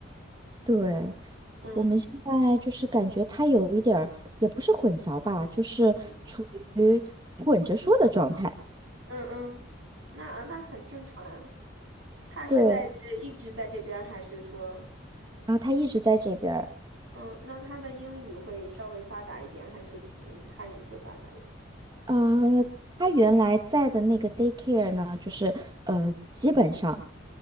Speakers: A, on the right (about 20°); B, on the right (about 85°).
A: 对，
B: 嗯
A: 我们现在就是感觉他有一点儿，也不是混淆吧，就是处于混着说的状态。
B: 嗯嗯嗯，那那很正常呀。他是在这一直在这边儿还是说，
A: 对，然后他一直在这边儿。
B: 嗯，那他的英语会稍微发达一点，还是嗯汉语会发达一点？
A: 呃，他原来在的那个 daycare 呢，就是呃，基本上